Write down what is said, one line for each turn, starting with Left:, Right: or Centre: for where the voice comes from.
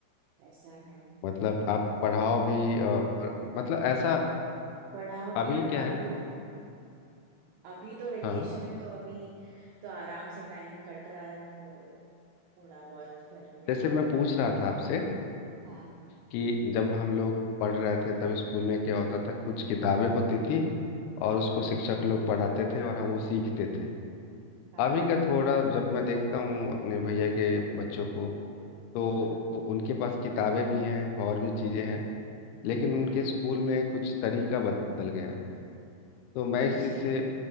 Right: ऐसा है
Left: मतलब आप पढ़ाओ भी और मतलब ऐसा
Right: पढ़ाओ भी
Left: अभी
Right: और काफी
Left: क्या है
Right: अभी तो वेकेशन
Left: हाँ
Right: है तो अभी तो आराम से टाइम कट रहा है तो थोड़ा बहुत घर पे
Left: जैसे मैं पूछ रहा था आपसे
Right: हाँ
Left: कि जब हम लोग पढ़ रहे थे तब स्कूल में क्या होता था कुछ किताबें होती थी और उसको
Right: हाँ
Left: शिक्षक लोग पढ़ाते थे और हम वो सीखते थे
Right: हाँ
Left: अभी का थोड़ा जब मैं देखता हूँ अपने भैया के बच्चों को तो
Right: हाँ
Left: उनके पास किताबें भी हैं और भी चीज़ें हैं लेकिन
Right: हाँ
Left: उनके स्कूल में कुछ तरीका बदल गया है तो मैं इस
Right: अच्छा
Left: चीज़ से